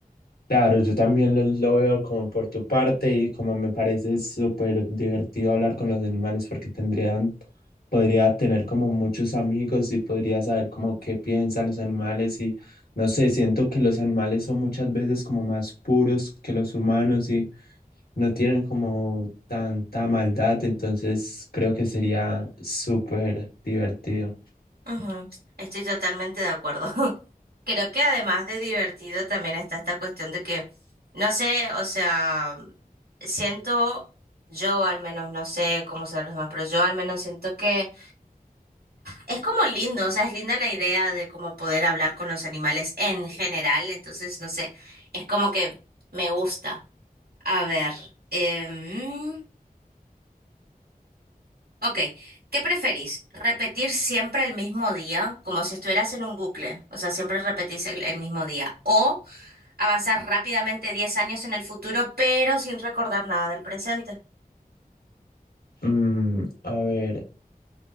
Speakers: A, on the left (about 80°); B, on the right (about 85°).
A: Claro, yo también lo, lo veo como por tu parte y como me parece súper divertido hablar con los animales porque tendrían, podría tener como muchos amigos y podría saber como qué piensan los animales y no sé, siento que los animales son muchas veces como más puros que los humanos y no tienen como tanta maldad, entonces creo que sería súper divertido.
B: Ujú, Estoy totalmente de acuerdo. <laughs> Creo que además de divertido también está esta cuestión de que, no sé, o sea, siento, yo al menos, no sé cómo serán los demás, pero yo al menos siento que es como lindo, o sea, es linda la idea de cómo poder hablar con los animales en general, entonces, no sé, es como que me gusta. A ver, em, Ok, ¿qué preferís? ¿Repetir siempre el mismo día, como si estuvieras en un bucle? O sea, siempre repetís el, el mismo día. ¿O avanzar rápidamente 10 años en el futuro, pero sin recordar nada del presente?
A: Mm, a ver.